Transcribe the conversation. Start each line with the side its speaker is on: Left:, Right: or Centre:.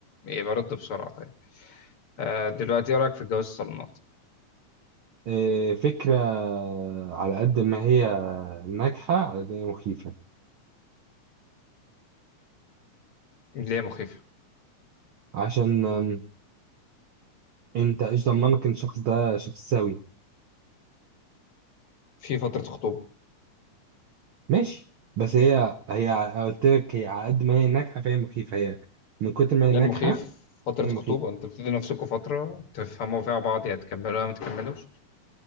Left: إيه برد بسرعة طيب آه... دلوقتي ايه رأيك في جواز الصالونات؟
Right: آه، فكرة على قد ما هي ناجحة على قد ما هي مخيفة
Left: ليه مخيفة؟
Right: عشان آم، انت ايش ضمنك ان الشخص ده شخص سوي
Left: في فترة خطوبة
Right: ماشي بس هي هي ع- قلت لك هي على قد ما هي ناجحة فهي مخيفة هي من كتر ما هي
Left: ليه
Right: ناجحة
Left: المخيف فترة
Right: هي
Left: خطوبة
Right: مخيفة
Left: انتوا بتدوا نفسكم فترة تفهموا فيها بعض يا تكملوها ما تكملوش